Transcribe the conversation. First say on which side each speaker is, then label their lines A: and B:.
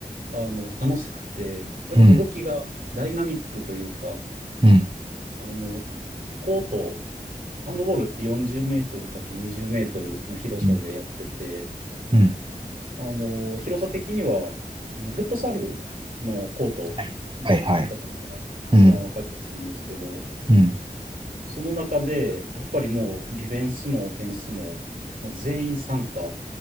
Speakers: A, on the right (about 65°); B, on the right (about 35°).
A: あの、楽しくて、やっぱ動きがダイナミックというか、
B: うん、うん、
A: あの、コート、ハンドボールって40メートルかけ20メートルの広さでやってて、
B: うん、うん。
A: あの、広さ的には、あの、フットサルのコートをイメージしていただいたら一番わかりやすいんですけど、
B: はい、はい、はい。うん、うん、
A: その中で、やっぱりもうディフェンスもオフェンスも、もう全員参加の、